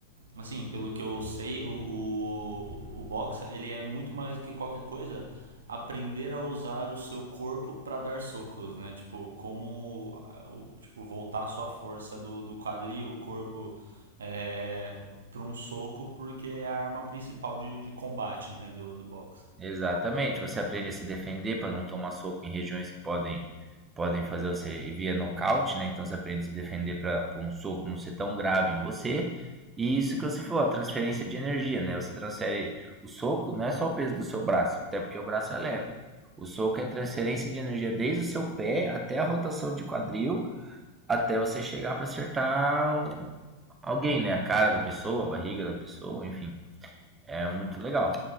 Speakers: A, on the right; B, on the right.
A: assim, pelo que eu sei, o, o, o box, ele é muito mais do que qualquer coisa, aprender a usar o seu corpo para dar socos, né? Tipo, como, ah, o- tipo, voltar a sua força do, do quadril, o corpo, é, para um soco, porque é a arma principal de, de combate, né, do, do boxe.
B: Exatamente, você aprende a se defender para não tomar soco em regiões que podem podem fazer você via nocaute, né? Então você aprende a se defender para um soco não ser tão grave em você. E isso que você falou, a transferência de energia, né? Você transfere o soco, não é só o peso do seu braço, até porque o braço é leve. O soco é transferência de energia desde o seu pé até a rotação de quadril, até você chegar para acertar o- alguém, né? A cara da pessoa, a barriga da pessoa, enfim. É muito legal.